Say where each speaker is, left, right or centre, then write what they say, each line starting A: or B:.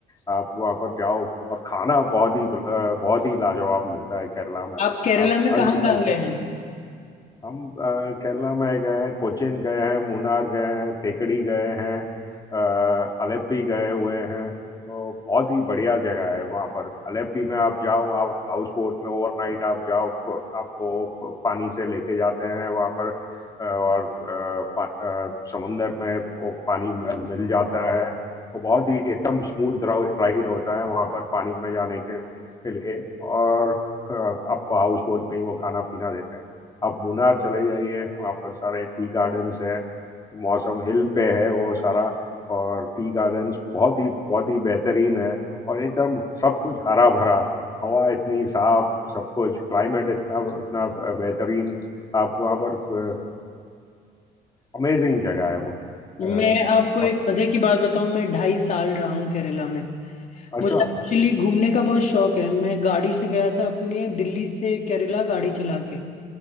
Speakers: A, on the left (about 20°); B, on the left (about 45°).
A: आप वहाँ पर जाओ और खाना बहुत ही बहुत ही लाजवाब मिलता है केरला में
B: आप केरला
A: आप
B: में
A: हर
B: कहाँ
A: किस्म
B: कहाँ गए हैं
A: हम अ, केरला में गए हैं कोचीन गए हैं मुनार गए हैं थेकड़ी गए हैं अ, अलेप्पी गए हुए हैं तो बहुत ही बढ़िया जगह है वहाँ पर अलेप्पी में आप जाओ आप हाउस बोट में ओवरनाइट आप जाओ प- आपको प- पानी से लेके जाते हैं वहाँ पर अ, और अ, पा- अ, समुंदर में वो पानी में मिल जाता है वो बहुत ही एकदम स्मूथ राइड होता है वहाँ पर पानी में जाने के, के लिए और अ, आपको हाउस बोट में ही वो खाना पीना देते हैं आप मुनार चले जाइए वहाँ पर सारे टी गार्डन्स हैं मौसम हिल पे है वो सारा और टी गार्डन्स बहुत ही बहुत ही बेहतरीन है और एकदम सब कुछ हरा भरा हवा इतनी साफ सब कुछ क्लाइमेट इतना इतना बेहतरीन आप वहाँ पर अमेजिंग जगह है वो
B: मैं
A: अ,
B: आपको
A: और
B: एक मजे की बात बताऊं मैं ढाई साल रहा हूँ केरला में
A: अच्छा
B: मुझे एक्चुअली घूमने का बहुत शौक है मैं गाड़ी से गया था अपने दिल्ली से केरला गाड़ी चला के